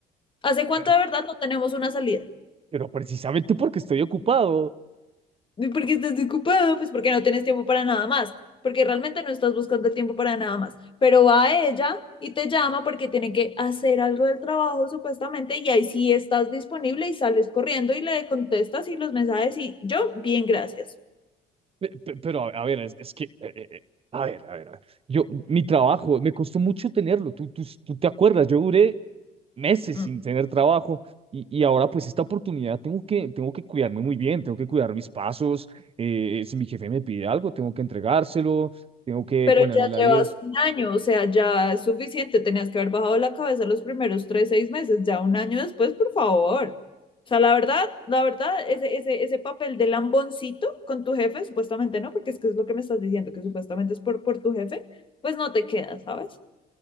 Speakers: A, on the left; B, on the right.
A: ¿Hace cuánto
B: Pe-
A: de verdad no tenemos una salida?
B: Pero, precisamente porque estoy ocupado.
A: ¿Y por qué estás ocupada? Pues porque no tienes tiempo para nada más, porque realmente no estás buscando tiempo para nada más. Pero va ella y te llama porque tiene que hacer algo del trabajo supuestamente y ahí sí estás disponible y sales corriendo y le contestas y los mensajes y yo, bien, gracias.
B: Pe- pe- Pero a, a ver, es, es que, eh, eh, eh, a ver, a ver, a ver. Yo, mi trabajo, me costó mucho tenerlo. Tú, tú, tú te acuerdas, yo duré meses
A: Mm.
B: sin tener trabajo y, y ahora pues esta oportunidad tengo que, tengo que cuidarme muy bien, tengo que cuidar mis pasos. eh, si mi jefe me pide algo, tengo que entregárselo, tengo que
A: Pero
B: ponerme
A: ya
B: la
A: llevas
B: diez
A: un año, o sea, ya es suficiente. Tenías que haber bajado la cabeza los primeros tres, seis meses, ya un año después, por favor. O sea, la verdad, la verdad, ese, ese, ese papel de lamboncito con tu jefe, supuestamente no, porque es que es lo que me estás diciendo, que supuestamente es por, por tu jefe, pues no te queda, ¿sabes?